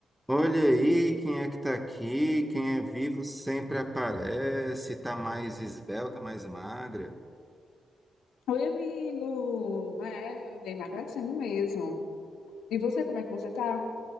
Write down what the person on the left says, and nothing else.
Oi, amigo! É, eu andei emagrecendo mesmo. E você, como é que você tá?